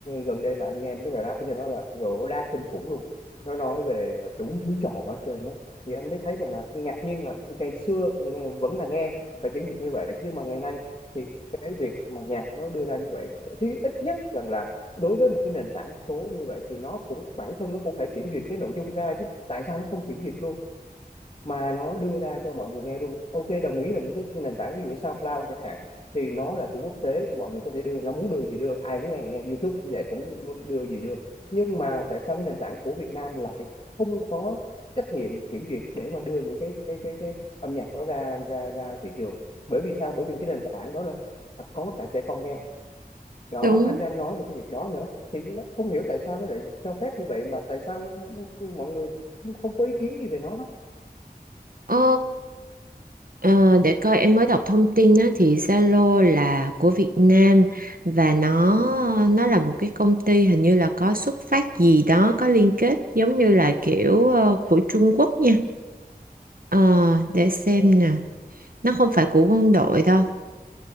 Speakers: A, on the left; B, on the right.
A: gần đây là anh nghe mấy cái bài rap cho nó là rồi rap kinh khủng luôn nó nói về đủ thứ trò hết trơn á thì anh mới thấy rằng là ngạc nhiên là ngày xưa nghe, vẫn là nghe phải kiểm duyệt như vậy nhưng mà ngày nay thì cái việc mà nhạc nó đưa ra như vậy thì ít nhất rằng là đối với một cái nền tảng số như vậy thì nó cũng bản thân nó cũng phải kiểm duyệt cái nội dung ra chứ tại sao nó không kiểm duyệt luôn mà nó đưa ra cho mọi người nghe luôn ok đồng ý là những cái nền tảng ví dụ như SoundCloud chẳng hạn thì nó là của quốc tế mọi người có thể đưa nó muốn đưa gì đưa ai cũng nghe nghe YouTube cũng vậy cũng muốn đưa gì đưa nhưng mà tại sao cái nền tảng của Việt Nam lại không có trách nhiệm kiểm duyệt để mà đưa những cái cái cái cái âm nhạc đó ra ra ra thị trường bởi vì sao bởi vì cái nền tảng đó là có cả trẻ con nghe đó
B: Đúng
A: anh đang nói về cái việc đó nữa thì nó không hiểu tại sao nó lại cho phép như vậy mà tại sao mọi người cũng không có ý kiến gì về nó hết
B: Ờ, ờ, để coi em mới đọc thông tin á, thì Zalo là của Việt Nam và nó nó là một cái công ty hình như là có xuất phát gì đó có liên kết giống như là kiểu ờ, của Trung Quốc nha. Ờ, để xem
A: Vâng.
B: nè, nó không phải của quân đội đâu.